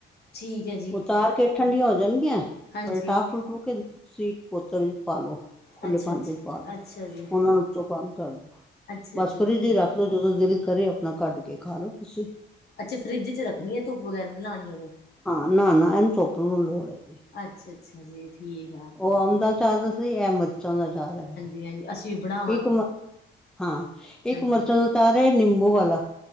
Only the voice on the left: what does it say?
ਠੀਕ। ਹੈ ਜੀ
ਹਾਂਜੀ
ਅੱਛਾ
ਅੱਛਾ
ਅੱਛਾ ਜੀ
ਅੱਛਾ
ਜੀ
ਅੱਛਾ, ਫਰਿੱਜ ਚ ਰੱਖਨੀ ਏ, ਧੁਪ ਵਗੈਰਾ ਨੀ ਲਾਨੀ ਉਨੂੰ।
ਅੱਛਾ, ਅੱਛਾ ਜੀ, ਠੀਕ। ਆ
ਹਾਂਜੀ -ਹਾਂਜੀ ਅਸੀਂ ਬੜਾ
ਹਾਂਜੀ